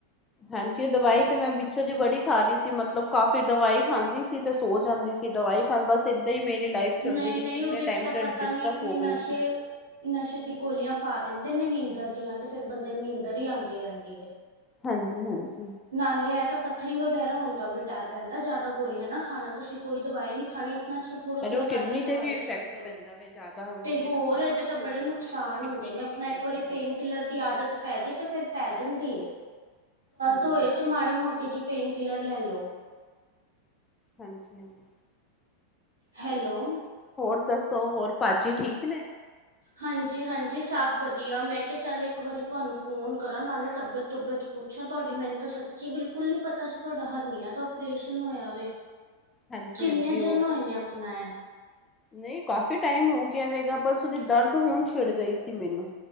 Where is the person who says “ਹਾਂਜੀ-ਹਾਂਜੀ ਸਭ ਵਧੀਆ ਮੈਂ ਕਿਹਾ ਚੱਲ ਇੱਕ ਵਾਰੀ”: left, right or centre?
Right